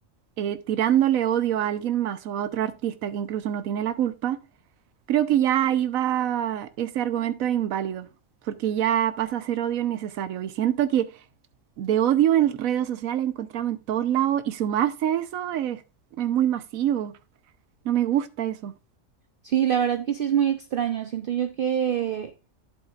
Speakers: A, on the right (about 85°); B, on the right (about 55°).
A: eh, tirándole odio a alguien más o a otro artista que incluso no tiene la culpa, creo que ya ahí va ese argumento es inválido, porque ya pasa a ser odio innecesario. Y siento que de odio en redes sociales encontramos en todos lados y sumarse a eso es, es muy masivo. No me gusta eso.
B: Sí, la verdad que sí es muy extraño. Siento yo que